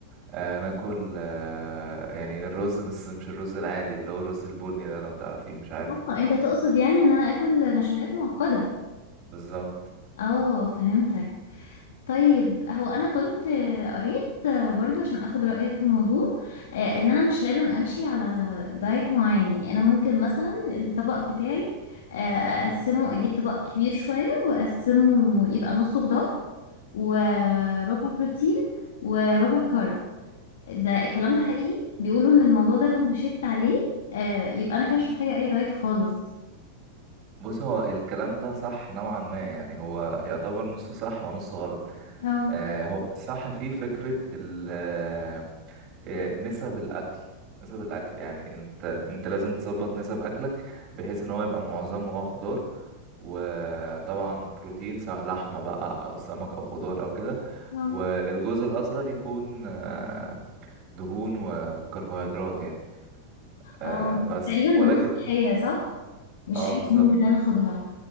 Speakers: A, on the right; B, on the left.
A: آه، ناكل آه، يعني الرز بس مش الرز العادي اللي هو الرز البني ده لو تعرفيه مش عارف
B: اه انت تقصد يعني ان انا اكل نشويات معقده
A: بالظبط
B: اه فهمتك طيب هو انا كنت قريت برضو عشان اخد رايك في الموضوع آه، ان انا مش لازم امشي على دايت معين يعني انا ممكن مثلا الطبق بتاعي آه، اقسمه اجيب طبق كبير شويه واقسمه يبقى نصه خضار وربع بروتين وربع كارب ده الكلام ده حقيقي بيقولوا ان الموضوع ده لو مشيت عليه آه يبقى انا كده مش محتاجة اي دايت خالص
A: بص هو الكلام ده صح نوعا ما يعني هو يعتبر نصه صح ونصه غلط
B: اه
A: آه، هو صح في فكرة ال- آه، آه، نسب الأكل نسب الأكل يعني أنت أنت لازم تظبط نسب أكلك بحيث إن هو يبقى معظمه أه خضار وطبعا بروتين سواء لحمة بقى أو سمك أو خضار أو كده
B: اه
A: والجزء الأصغر يكون آه، دهون وكربوهيدرات يعني آه،
B: اه
A: بس
B: بس تقريبا
A: ولكن
B: دهون صحية صح مش
A: اه
B: اي
A: بالظبط
B: دهون اللي انا اخدها